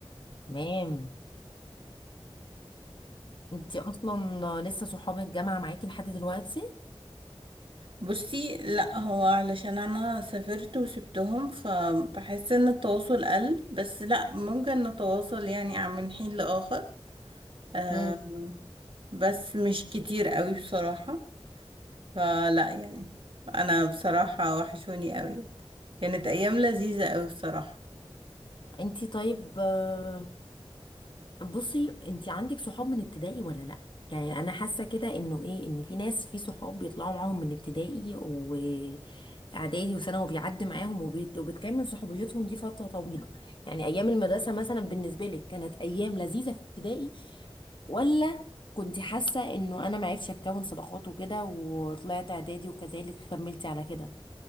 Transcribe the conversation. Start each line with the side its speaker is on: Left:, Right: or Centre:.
Left: تمام انتي اصلا لسه صحاب الجامعة معاكي لحد دلوقتي؟
Right: بصي لا هو علشان انا سافرت وسبتهم فبحس ان التواصل قل بس لا ممكن نتواصل يعني عن من حين لآخر آم،
Left: امم
Right: بس مش كتير قوي بصراحة فلا يعني انا بصراحة وحشوني قوي كانت ايام لذيذة قوي بصراحة
Left: انتي طيب آه، بصي انت عندك صحاب من ابتدائي ولا لا يعني انا حاسه كده انه ايه ان في ناس في صحاب بيطلعوا معاهم من ابتدائي واعدادي وثانوي وبيعدي معاهم وبيت- وبتكمل صحوبيتهم دي فتره طويله يعني ايام المدرسه مثلا بالنسبه لك كانت ايام لذيذه في ابتدائي ولا كنت حاسه انه انا ما عرفتش اكون صداقات وكده وطلعت اعدادي وكذلك كملتي على كده